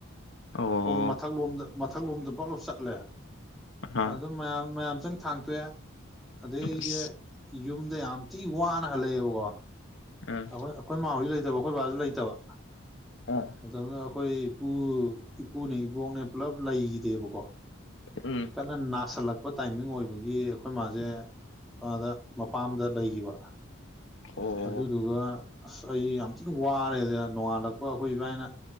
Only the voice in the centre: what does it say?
ꯈꯣꯡ ꯃꯊꯛꯂꯣꯝꯗ ꯃꯊꯛ ꯂꯣꯝꯗ ꯕꯛ ꯂꯥꯎ ꯆꯠꯂꯦ
ꯑꯗꯨ ꯃꯌꯥꯝ ꯃꯌꯥꯝꯆꯪ ꯊꯥꯡꯇꯣꯛꯑꯦ ꯑꯗꯩ ꯑꯩꯖꯦ
ꯌꯨꯝꯗ ꯌꯥꯝ ꯊꯤ ꯋꯥꯅ ꯍꯜꯂꯛꯑꯦꯕꯀꯣ
ꯑꯩꯈꯣꯏ ꯑꯩꯈꯣꯏ ꯃꯥꯥ ꯍꯣꯏꯖꯨ ꯂꯩꯇꯕ ꯑꯩꯈꯣꯏ ꯕꯥꯖꯨ ꯂꯩꯇꯕ
ꯃꯇꯝꯗꯨꯗ ꯑꯩꯈꯣꯏ ꯏꯄꯨ ꯏꯄꯨꯅꯦ ꯏꯕꯣꯛꯅꯦ ꯄꯨꯜꯂꯞ ꯂꯩꯒꯤꯗꯦꯕꯀꯣ
ꯀꯟꯅ ꯅꯥꯁꯜꯂꯛꯄ ꯇꯥꯏꯃꯤꯡ ꯑꯣꯏꯕꯒꯤ ꯑꯩꯈꯣꯏ ꯃꯥꯖꯦ ꯑꯗꯥ ꯃꯄꯥꯝꯗ ꯂꯩꯒꯤꯕ
ꯑꯗꯨꯗꯨꯒ ꯑꯁ ꯑꯩ ꯌꯥꯝ ꯊꯤꯅ ꯋꯥꯔꯦꯗ ꯅꯣꯡꯉꯥꯜꯂꯛꯄ ꯑꯩꯈꯣꯏ ꯏꯕꯥꯏꯅ